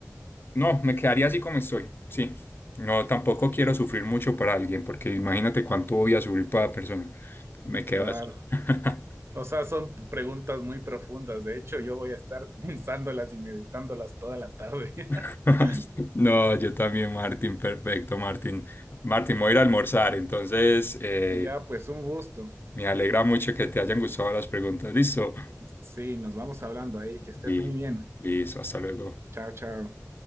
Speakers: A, on the left (about 45°); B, on the right (about 55°).
A: no, me quedaría así como estoy, sí. No, tampoco quiero sufrir mucho para alguien, porque imagínate cuánto voy a sufrir para la persona. Entonces me quedo
B: claro.
A: así. <laughs>
B: O sea, son preguntas muy profundas. De hecho, yo voy a estar <laughs> pensándolas y meditándolas toda la tarde.
A: <laughs>
B: <laughs>
A: No, yo también, Martín, perfecto, Martín. Martín, voy a ir a almorzar, entonces eh,
B: Ya, pues un gusto.
A: me alegra mucho que te hayan gustado las preguntas. Listo.
B: Sí, nos vamos hablando ahí. Que estés
A: Y
B: muy bien.
A: listo, hasta luego.
B: Chao, chao.